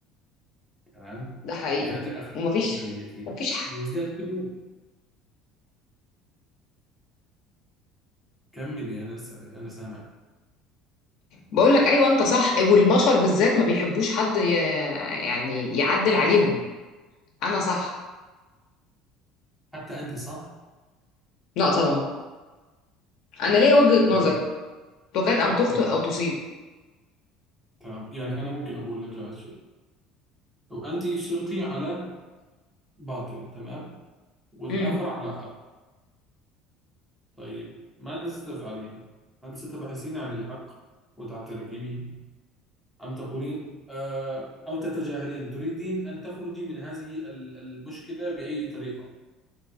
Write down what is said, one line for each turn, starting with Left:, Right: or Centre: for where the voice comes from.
Centre: تمام
Left: ده حقيقي
Centre: فلهذا أخلاق
Left: ومفيش
Centre: بشريتهم
Left: مفيش
Centre: يزداد كل يوم كملي أنا س- أنا سامع
Left: بقول لك ايوه انت صح والبشر بالذات ما بيحبوش حد ي- يعني يعدل عليهم انا صح
Centre: حتى أنت صح
Left: لا طبعا انا ليا وجهة
Centre: طيب
Left: نظر تكاد ان تخطئ
Centre: تمام
Left: او تصيب
Centre: تمام يعني أنا ممكن أقول لك على شيء لو أنت صرتي على باطل تمام والآخر
Left: امم
Centre: على حق طيب ماذا ستفعلين هل ستبحثين عن الحق وتعترفي به أم تقولين آه أو تتجاهلين تريدين أن تخرجي من هذه ال- المشكلة بأي طريقة